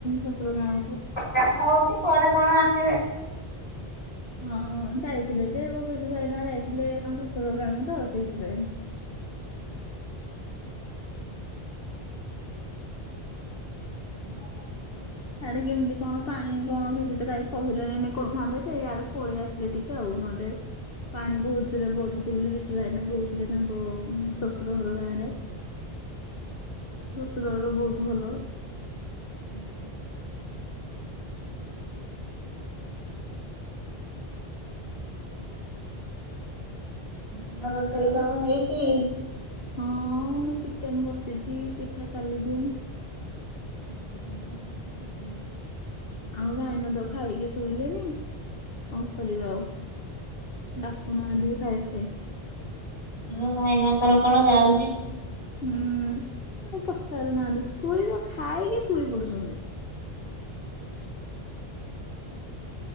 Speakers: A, on the left; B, on the left.
A: ଶଶୁର ଗାଁ କୁ
B: କାମ ହଉଚି, ପରେ କ'ଣ ଆସିବେ।
A: ହଁ! ଯାଇଥିଲେ ଯେ। ମୋ ପିଶୁ ଭାଇନା ଯାଇଥିଲେ, ତାଙ୍କ ଶ୍ୱଶୁର ଗାଁକୁ ତ ସେଇଥିପାଇଁ।
B: <inaudible>
A: ସାଡ଼େ କିମ୍ତି କ'ଣ ପା ଆଇଁ କଣ କିଛି ତ କାଇ କହିଲେଇ ନେ କରିଥାନ୍ତେ ଯେ ୟାଡ଼େ ପଳିଆସଲେ ଟିକେ ଆଉ ନହେଲେ ପାଣି ବୋହୁତ ଜୋରେ ବଢ଼ିଚି ବୋଲି ବିଶୁ ଭାଇନା କୋହୁଥୁଲେ ତାଙ୍କ ଶଶୁର ହର ଗାଁରେ। ଶଶୁର ହର ବୋହୁତ ଭଲ।
B: ଉଁ ଉଁ ଣ ରୋଷେଇ ସବୁ ହେଇଚି?
A: ହଁ ମୁଁ ଚିକେନ୍ ବସିଚି ପିଠା ଚାଲିଚି।
B: ଓହୋ ଆପଣ ପିଠା ଶିକିନେ
A: ଆମ ଭାଇନା ତ ଖାଇକି ଶୋଇଲେଣି। କଁ କରିବି ଆଉ ଡାକୁନାହନ୍ତି ବି ଖାଇବା ପାଇଁ।
B: ମୋ ଭାଇନାଙ୍କର କଣ ଯାଉଚି?
A: ହୁଁ ଆଉ ପଚାରୁ ନାହାନ୍ତି ଶୋଇବ ଖାଇକି ଶୋଇ ପଡୁ଼ଚନ୍ତି।